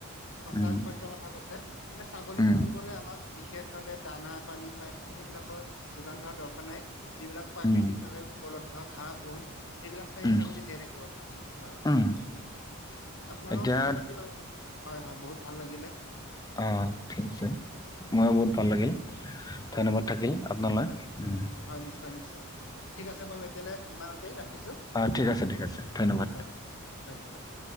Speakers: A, on the left (about 60°); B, on the left (about 15°).
A: সঁচা
B: উম
A: সত্যৰ কথা কৈছে। মানে ছাগলী
B: উম
A: পুহিবলে আমাক বিশেষ ভাৱে দানা পানী বা সেইবিলাকৰ যোগান ধৰা দৰকাৰ নাই। যিবিলাক প্ৰাকৃতিক
B: উম
A: ভাৱে উপলব্ধ ঘাঁহ বন সেইবিলাক খালী
B: উম
A: ছাগলী জীয়াই থাকিব পাৰে হয়
B: উম
A: আপোনাৰ
B: এতিয়া
A: লগত কথা পাতি বাও, হয় হয় বহুত ভাল লাগিলে।
B: অ অ' ঠিক আছে ময়ো বহুত ভাল
A: হয়
B: লাগিল
A: হয়
B: ধন্যবাদ
A: হয়
B: থাকিল আপোনালে। <unintelligible>
A: হয় নিশ্চয় নিশ্চয়। ঠিক আছে বাৰু এতিয়ালে ইমানতে ৰাখিছো,
B: অ ঠিক আছে ঠিক আছে ধন্যবাদ
A: হয় হয়। ধন্যবাদ